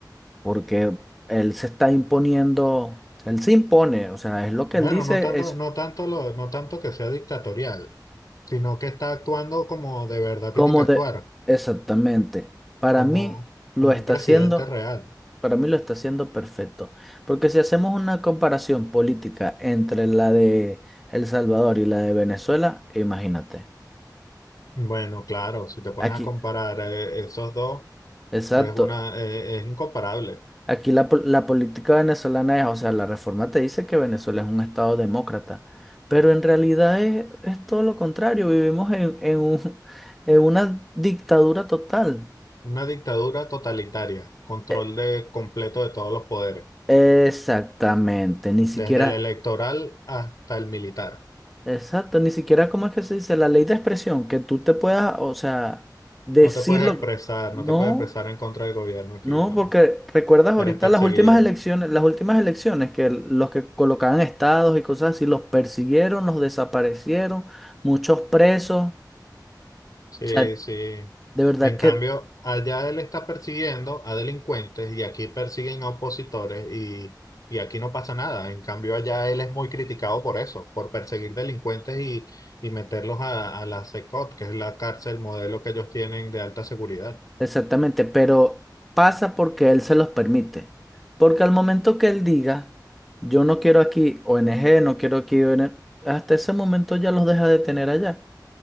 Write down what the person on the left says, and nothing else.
Bueno,
no tanto,
no tanto lo, no tanto que sea dictatorial, sino que está actuando como de verdad
tiene que actuar,
como,
como
un presidente
real.
Bueno, claro, si te pones
a comparar eh, esos dos,
es una, eh, es incomparable.
Una dictadura totalitaria, control
de completo de todos los poderes,
desde el electoral hasta el militar.
No te puedes expresar,
no te puedes expresar en contra del gobierno aquí,
no.
Eres perseguido.
Sí,
sí.
En
cambio, allá él está persiguiendo a delincuentes y aquí persiguen a opositores y, y aquí no pasa nada. En cambio, allá él es muy criticado por eso, por perseguir delincuentes y, y meterlos a, a la CECOT, que es la cárcel modelo que ellos tienen de alta seguridad.